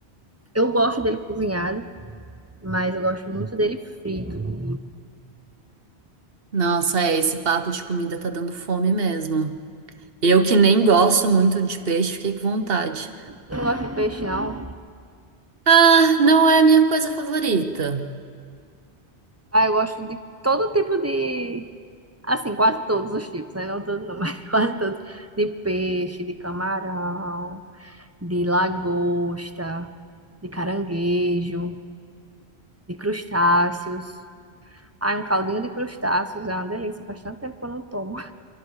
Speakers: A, on the right; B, on the right.
A: Eu gosto dele cozinhado, mas eu gosto muito dele frito.
B: Nossa, é, esse papo de comida tá dando fome mesmo. Eu que nem gosto muito de peixe, fiquei com vontade.
A: Eu não gosto de peixe, não.
B: Ah, não é a minha coisa favorita.
A: Ah, eu gosto de todo tipo de. Assim, quase todos os tipos, né? Não todos, não, <laughs> mas quase todos. De peixe, de camarão, de lagosta, de caranguejo, de crustáceos. Ai, um caldinho de crustáceos é uma delícia. Faz tanto tempo que eu não tomo.